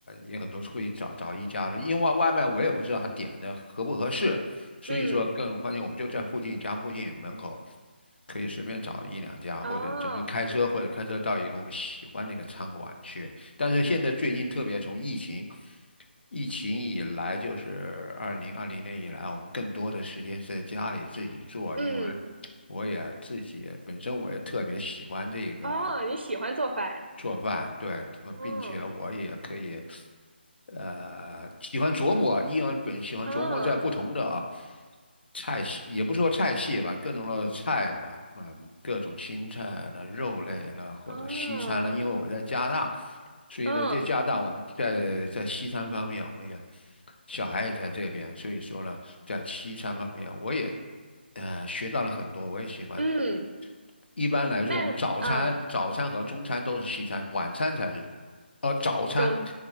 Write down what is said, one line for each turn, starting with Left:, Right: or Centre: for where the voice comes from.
Left: 也很多会找找一家的，因为外卖我也不知道他点的合不合适，所以说更关键，
Right: 嗯，
Left: 我们就在附近家附近门口。可以随便找一两家，或者怎么就开车，
Right: 哦
Left: 或者开车到一个我们喜欢那个餐馆去。但是现在最近，特别从疫情疫情以来，就是二零二零年以来，我们更多的时间是在家里自己做，
Right: 嗯
Left: 因为我也自己本身我也特别喜欢这个。
Right: 哦，你喜欢做饭？
Left: 做饭，对，呃并且我也可以，
Right: 嗯
Left: 呃，喜欢琢磨，依然本喜欢琢磨在不同的啊
Right: 嗯
Left: 菜系，也不说菜系吧，各种的菜嘛，嗯，各种青菜了、肉类了，或者西餐了，
Right: 哦，
Left: 因为我在加拿大，所以呢，
Right: 嗯
Left: 在加拿大我们在在西餐方面，我们也小孩也在这边，所以说呢，在西餐方面我也呃学到了很多，我也喜欢
Right: 嗯，
Left: 一般来说，
Right: 那啊，
Left: 我们早餐、早餐和中餐都是西餐，晚餐才是，呃，早餐，
Right: 种